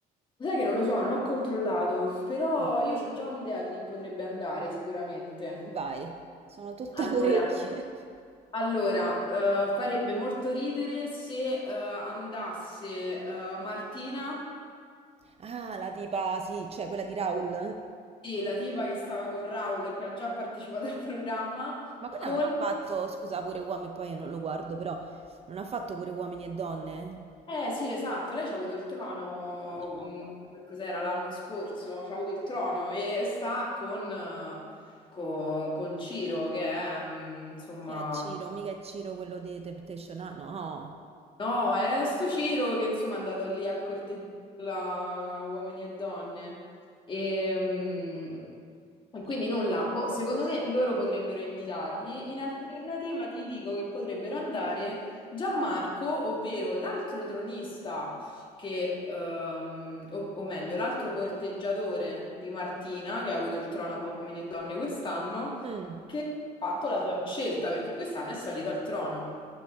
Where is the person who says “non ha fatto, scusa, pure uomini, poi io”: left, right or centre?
Right